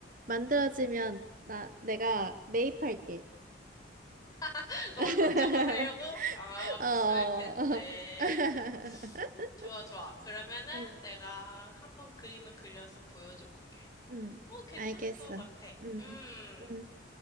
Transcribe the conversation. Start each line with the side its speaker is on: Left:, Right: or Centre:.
Right: 만들어지면
Left: 음.
Right: 나, 내가 매입할게.
Left: <laughs> 너가
Right: <laughs>
Left: 돈 주고 살려고? 아,
Right: 어,
Left: 비쌀
Right: 어.
Left: 텐데.
Right: <laughs>
Left: 좋아, 좋아. 그러면은
Right: 음,
Left: 내가 한번 그림을 그려서 보여줘 볼게.
Right: 음,
Left: 어, 괜찮을
Right: 알겠어.
Left: 것 같아.
Right: 음,
Left: 음.
Right: 음,